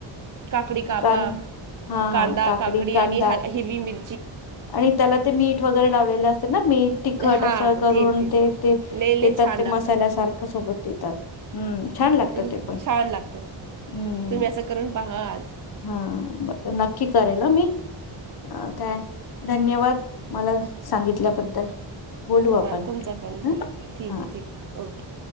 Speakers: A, on the right (about 45°); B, on the left (about 50°).
A: काकडी कापा
B: कां हा
A: कांदा
B: हा
A: काकडी
B: कांदा
A: आणि हिरवी मिर
B: आणि त्याला ते मीठ वगैरे लावलेले असते ना मीठ तिखट
A: हा
B: असं करून
A: तीच
B: ते ते
A: लय लय
B: देतात
A: छान
B: ते
A: लागतं
B: मसाल्यासारखं
A: मग
B: सोबत देतात. हम्म छान लागतं
A: ल-
B: ते पण
A: छान लागतं
B: हम्म
A: तुम्ही असं करून पहा आज
B: हा बर नक्की करेल अ मी अ काय धन्यवाद मला सांगितल्याबद्दल बोलू
A: तुम्हा
B: आपण
A: तुमचं पण धन
B: ह
A: ठीक
B: हा
A: आहे ठीक ओके.